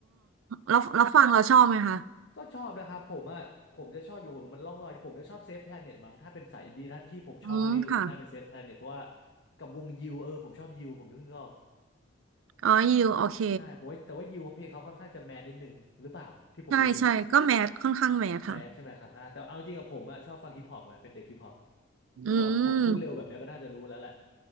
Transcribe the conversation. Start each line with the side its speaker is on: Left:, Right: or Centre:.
Right: แล้วแล้วฟังเราชอบไหมคะ
Left: ก็ชอบนะครับผมอ่ะผมจะชอบอยู่ผมมันล่องลอยผมจะชอบเซฟแพลเน็ตมั้งถ้าเป็นสายอินดี้ถ้าที่ผมชอบมากที่สุดน่าเป็นเซฟแพลเน็ตเพราะว่า
Right: อืมค่ะ
Left: กับวงยิวเออผมชอบยิวผมนึกนึกออก
Right: อ๋อยิวโอเค
Left: ใช่ผมว่าแต่ว่ายิวเพลงเขาค่อนข้างจะแมนนิดนึงหรือเปล่าที่ผมรู้สึก
Right: ใช่ใช่ก็แมทค่อนข้างแมทค่ะ
Left: แมสใช่ไหมครับอ่าแต่เอาจริงกับผมอะชอบฟังฮิปฮอปไงเป็นเด็กฮิปฮอปแต่ว่าผมพูดเร็วแบบเนี้ยก็น่าจะรู้แล้วแหละ
Right: อืม